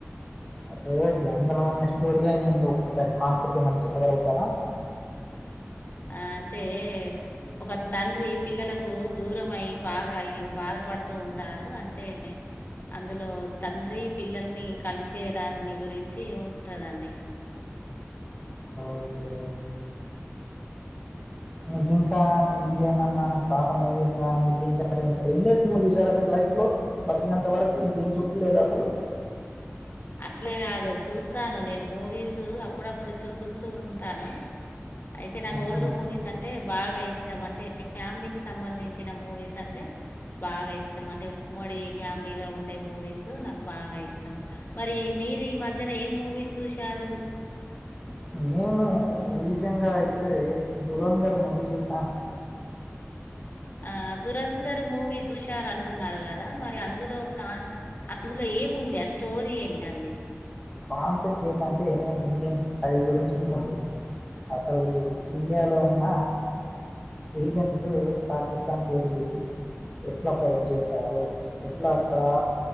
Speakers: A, in the centre; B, on the left.
A: అద గంగలో ఉన్న స్టోరీలోందుో ఒక్కసారి కాన్సెప్ట్ ఏమనా చెప్పగలుగుతారా
B: ఆ అంటే ఒక తండ్రి పిల్లలకు దూరం అై బాగా బాధపడుతూ ఉంటారు అంటే అందులో తండ్రి పిల్లల్ని కలిసే దాన్ని గురించి ఉంటదండి
A: ఓకే మీకు ఇంకా ఇంకేమన్నా పాత మూవీస్ కానీ దీని రెండే సినిమా చూసారా మీరు లైఫ్ లో బతినంత వరకు ఇంకేం చూడలేదు అసలు
B: అట్లా కాదు చూస్తాను నేను మూవీస్ అప్పుడప్పుడు చూస్తూ ఉంటాను అయితే
A: అసలు
B: నాకు ఓల్డ్ మూవీస్ అంటే బాగా ఇష్టం అంటే ఫ్యామిలీకి సంబంధించిన మూవీస్ అంటే బాగా ఇష్టం అంటే ఉమ్మడి ఫ్యామిలీగా ఉండే మూవీస్ నాకు బాగా ఇష్టం మరి మీరు ఈ మధ్యన ఏం మూవీస్ చూశారు
A: నేను రీసెంట్గా అయితే ధురంధర్ మూవీ చూశాను
B: ఆ దూరంధర్ మూవీ చూశారంటున్నారు కదా మరి అందులో కా అందులో ఏముంది ఆ స్టోరీ ఏంటండి
A: కాన్సెప్ట్ ఏంటంటే ఇండియన్స్ పై గురించి ఉంటుంది అసలు ఇండియాలో ఉన్న ఏజెంట్స్ పాకిస్తాన్కి వెళ్ళి ఎట్లా ఫైట్ చేశారు ఎట్లా అక్కడ